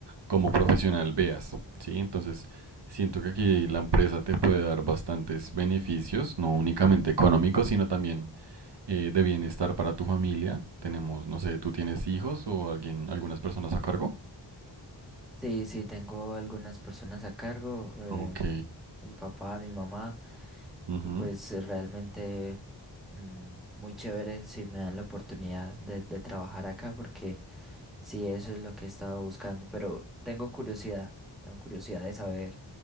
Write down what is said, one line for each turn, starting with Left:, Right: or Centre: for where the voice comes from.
Right: como profesional veas. ¿sí? Entonces, siento que aquí la empresa te puede dar bastantes beneficios, no únicamente económicos, sino también eh, de bienestar para tu familia. Tenemos, no sé, ¿tú tienes hijos o alguien, algunas personas a cargo?
Centre: Sí, sí, tengo algunas personas a cargo, eh,
Right: Ok.
Centre: mi papá, mi mamá,
Right: ujú,
Centre: y pues eh, realmente mm, muy chévere si me dan la oportunidad de, de trabajar acá, porque sí, eso es lo que he estado buscando, pero tengo curiosidad, tengo curiosidad de saber